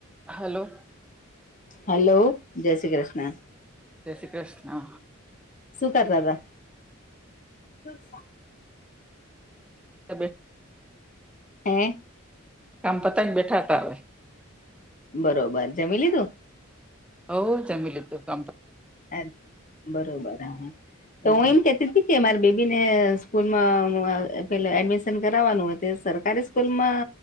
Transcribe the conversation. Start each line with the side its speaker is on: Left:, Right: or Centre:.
Centre: Hello
Left: હાલો જય શ્રી કૃષ્ણ
Centre: જય શ્રી કૃષ્ણ
Left: સુ કરતા હતા. બસ
Centre: બે
Left: હે
Centre: કામ પતાવી ને બેઠા હતા હવે
Left: બરોબર જમી લીધું?
Centre: હવ જમી લીધું કમ
Left: એમ બરોબર હા
Centre: હમ.
Left: તો હું એમ કેતી હતી કે મારી બેબી ને સ્કૂલમાં પેલા એડમિશન કરવાનું તે સરકારી સ્કૂલમાં